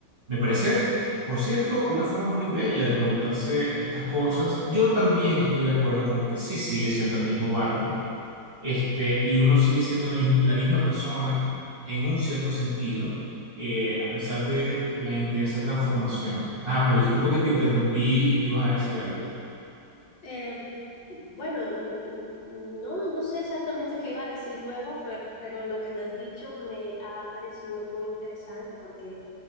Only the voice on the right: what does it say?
Me parece,
por cierto, una forma muy bella de preguntarse estas cosas. Yo también estoy de acuerdo con que sí sigue siendo el mismo barco, este, y uno sigue siendo la misma, la misma persona en un cierto sentido, eh, a pesar de la intensa transformación. Ah, pero disculpa que te interrumpí y tú ibas a decir algo.